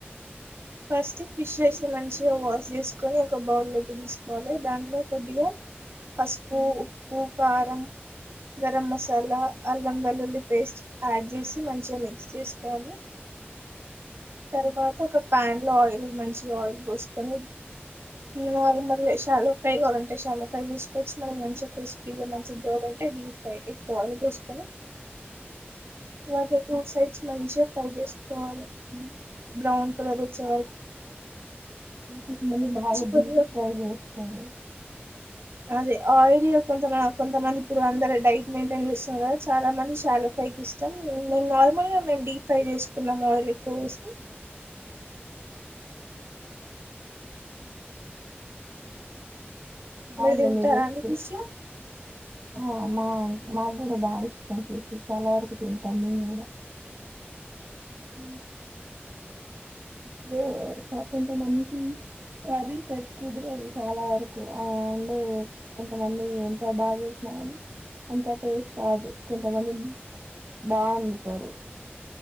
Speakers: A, on the right; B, on the right.
A: ఫస్ట్ ఫిష్ చేస్త మంచిగా వాష్ చేసుకొని ఒక బౌల్ లోకి తీసుకోవాలి దాంట్లో కోదిగా పస్ ఉప్పు ఉప్పు కారం గరం మసాలా అల్లం వెల్లుల్లి పేస్ట్ యాడ్ చేసి మంచిగా మిక్స్ చేసుకోవాలి తరువాత ఒక ప్యాన్ లో ఆయిల్ మంచి ఆయిల్ పోసుకొని నార్మల్షాలు ఫ్రై కావాలంటే చాలా ఫ్రై చేసుకోవచ్చు మనకి మంచిగా క్రిస్పీగా మంచిగా కావాలంటే డీప్ ఫ్రై ఎక్కువాల పోసుకొని వాగే టూ సైడ్ మంచిగా ఫై చేసుకోవాలి బ్రాౌన్ కలర్చ్చల్
B: అ మళ్ళీ బాగా
A: కొద్దిగా
B: డీప్ ఫ్రై చేస్తారు
A: అదే ఆయిల్ కొంత కొంతమంది ఇప్పుడు అందరు డైట్ మెయింటైన్ చేస్తాం కదా చాలా మంది శాలలో ఫ్రై క ఇష్టాం మేము నార్మల్గా మేము డీప్ ఫ్రై చేసుకున్నాం ఆయిల్ ఎక్కువ వసి
B: నన్న
A: మీరు తింటారా
B: మీదస్తే
A: అండి ఫిష్
B: ఆ మా మాగ కూడా బాగా ఇష్టం చసి చాలా వరకు తింటాను నే కూడా
A: హ
B: ఇప్పుడు కొంతమంది కర్రీ సట్ కుదరేది చాలా వరకు ఆ ఉండే కొంతమంది ఎంత బాగా చేసినామని అంత టేస్ట్ రాదు కొంతమంది బా వండుతారు